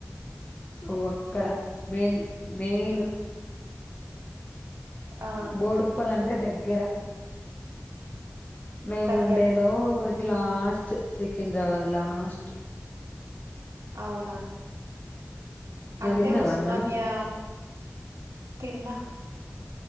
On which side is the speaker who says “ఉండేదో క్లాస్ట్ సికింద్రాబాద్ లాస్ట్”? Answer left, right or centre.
Left